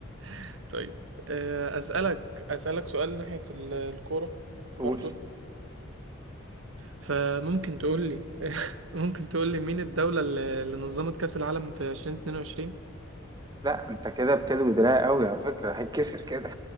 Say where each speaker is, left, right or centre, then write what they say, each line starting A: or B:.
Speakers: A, on the right; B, on the right.
A: <laughs> طيب آه. اسالك اسالك سؤال ناحية ال- الكورة برضو
B: قول
A: فممكن تقول لي <laughs> ممكن تقول لي مين الدولة اللي اللي نظمت كأس العالم في 2022
B: لا أنت كده بتلوي دراع قوي على فكرة هيتكسر كده